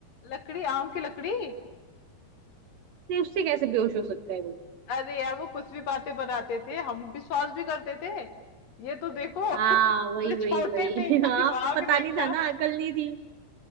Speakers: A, on the left; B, on the right.
A: लकड़ी आम की लकड़ी
B: नहीं उससे कैसे बेहोश हो सकता है वो
A: अरे यार वो कुछ भी बातें बनाते थे हम विश्वास भी करते थे ये तो देखो <laughs>
B: हाँ
A: तो
B: वही
A: छोटे
B: वही वही
A: थे इतना
B: <laughs> हाँ
A: दिमाग
B: पता
A: नहीं
B: नहीं था
A: था
B: ना अकल नहीं थी